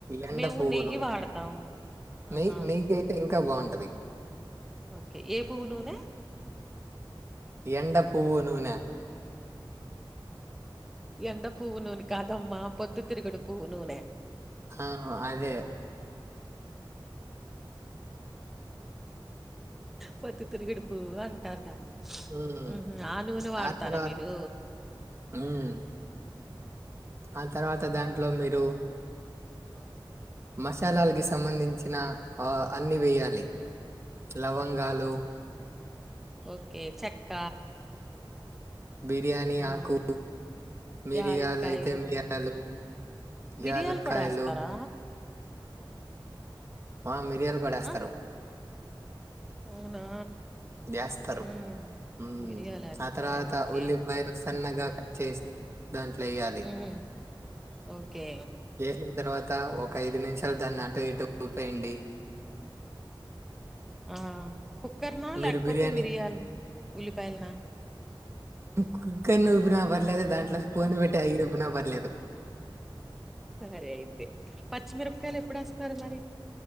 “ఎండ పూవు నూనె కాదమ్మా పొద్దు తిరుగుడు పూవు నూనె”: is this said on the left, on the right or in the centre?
Centre